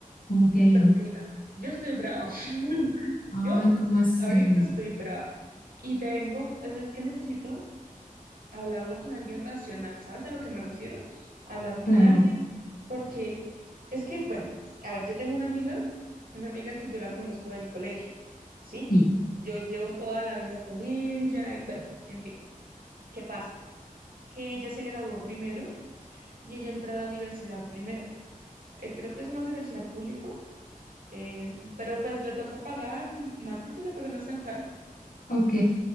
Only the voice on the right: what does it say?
Pues mira, yo estoy brava. <laughs>
Yo
ahorita estoy brava. Y te vengo, o sea, es que necesito hablarlo con alguien racional. ¿Sabes a lo que me refiero? Hablar con
alguien, porque es que, bueno, a ver, yo tengo una amiga, una amiga que yo la conozco del colegio, ¿sí?
Yo llevo toda la vida con ella. y Bueno, en fin, ¿qué pasa? Que ella se graduó primero y ella entró a la universidad primero. eh, creo que es una universidad pública, eh, pero pues le toca pagar matrícula, pero no es tan cara.